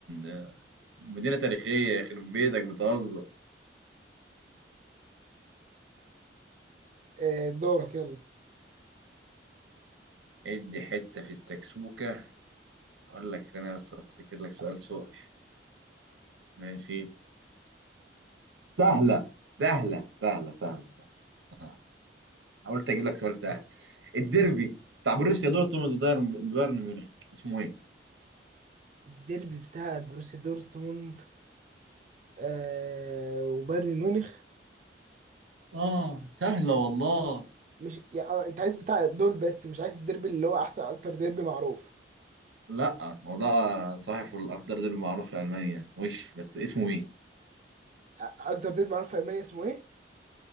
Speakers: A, on the right; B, on the right.
A: آه، مدينة تاريخية يخرب بيتك بتهزر
B: آه، دورك يلا
A: ادي حتة في السكسوكة اقول لك ثانية بس افتكر لك سؤال سؤال ماشي سهلة سهلة سهلة سهلة آه، حاولت أجيب لك سؤال سهل الديربي بتاع بروسيا دورتموند وبايرن بايرن ميونخ اسمه إيه؟
B: الديربي بتاع بروسيا دورتموند آه وبايرن ميونخ
A: اه سهلة والله
B: مش يعني آه، انت عايز بتاع دول بس مش عايز الديربي اللي هو احسن اكتر ديربي معروف
A: لا هو ده صحيح الأخضر ديربي معروف في ألمانيا وش بس اسمه إيه؟
B: اكتر ديربي معروف في المانيا اسمه ايه